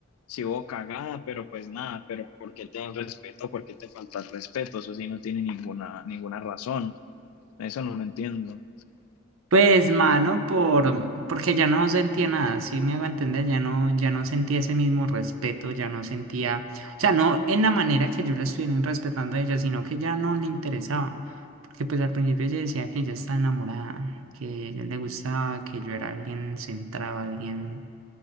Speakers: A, on the left; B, on the right.
A: sí hubo cagada, pero pues nada, pero ¿por qué te dan respeto? ¿Por qué te falta el respeto? Eso sí no tiene ninguna, ninguna razón. Eso no lo entiendo.
B: Pues, mano, por, porque ya no sentía nada, sí me hago entender, ya no, ya no sentía ese mismo respeto, ya no sentía, o sea, no en la manera que yo la estuviera respetando a ella, sino que ya no le interesaba, porque pues al principio ella decía que ella estaba enamorada, que a ella le gustaba, que yo era alguien centrado, alguien